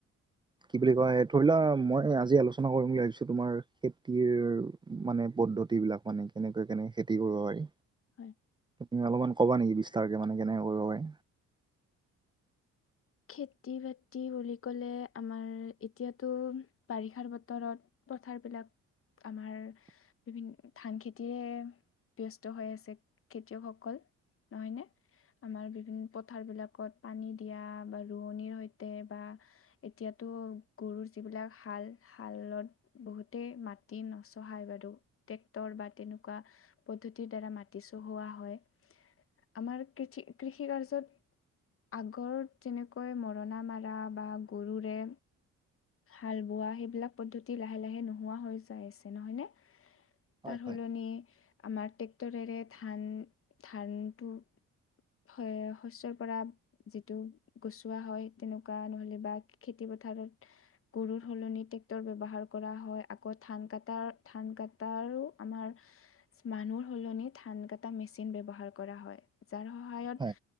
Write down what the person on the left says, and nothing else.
হয়।
খেতি বাতি বুলি ক'লে আমাৰ এতিয়াতো বাৰিষাৰ বতৰত। পথাৰ বিলাক। আমাৰ বিভিন্ন ধান খেতিয়ে ব্যস্ত হৈ আছে। খেতিয়কসকল নহয় নে আমাৰ বিভিন্ন পথাৰ বিলাকত পানী দিয়া। বা ৰোৱনিৰ সৈতে বা এতিয়াতো গৰুৰ যিবিলাক শাল শালত। বহুতেই মাটি নচহাই বাৰু ট্ৰেক্টৰ বা তেনেকুৱা। পদ্ধতিৰ দ্বাৰা মাটি চহোৱা হয়। আমাৰ কৃষি কৃষি কাৰ্যত আগৰ। তেনেকৈ মৰণা মৰা বা গৰুৰে। হাল বোৱা সেইবিলাক পদ্ধতি লাহে লাহে নোহোৱা হৈ যাই আছে নহয় নে?
তাৰ সলনি
আমাৰ ট্ৰেক্টৰেৰে ধান ধানটো। ৰ শস্যয়ৰ পৰা যিটো। গুচোৱা হয় তেনেকুৱা নহ'লে বা খেতি পথাৰত। গৰুৰ সলনি ট্ৰেক্টৰ ব্যৱহাৰ কৰা হয়, আকৌ ধান কটাৰ ধান কটাৰো আমাৰ। মানুহ সলনি ধান কটা মেচিন ব্যৱহাৰ কৰা হয়। যাৰ সহায়ত